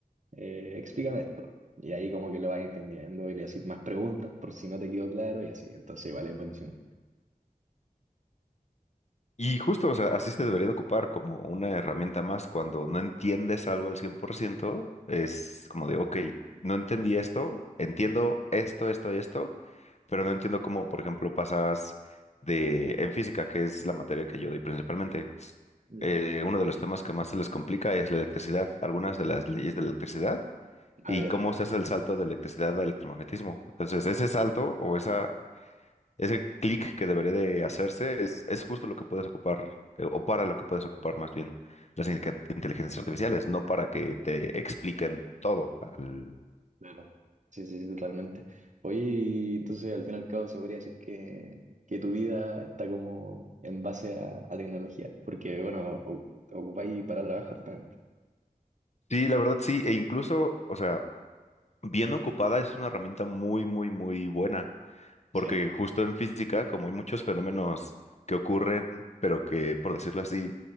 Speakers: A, on the right (about 55°); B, on the left (about 45°).
A: eh, explícame esto. Y ahí como que lo vas entendiendo y le haces más preguntas por si no te quedó claro y así. Entonces, vale, es buenísimo.
B: Y justo, o sea, así se debería de ocupar como una herramienta más cuando no entiendes algo al 100%, es como de, ok, no entendí esto, entiendo esto, esto y esto, pero no entiendo cómo, por ejemplo, pasas de, en física, que es la materia que yo doy principalmente,
A: Mm.
B: eh, uno de los temas que más se les complica es la electricidad, algunas de las leyes de la electricidad
A: Ah,
B: y
A: ya,
B: cómo se hace el salto de electricidad a electromagnetismo. Entonces, ese salto o esa ese clic que debería de hacerse es, es justo lo que puedes ocupar, eh, o para lo que puedes ocupar más bien las inque- inteligencias artificiales, no para que te expliquen todo. al-
A: claro. Sí, sí, sí, totalmente. Oye, y entonces al fin y al cabo se podría decir que, que tu vida está como en base a, a tecnología, porque bueno, o- ocupáis para trabajar también.
B: Sí, la verdad sí, e incluso, o sea, bien ocupada es una herramienta muy, muy, muy buena, porque
A: Sí,
B: justo en física, como hay muchos fenómenos que ocurren, pero que, por decirlo así,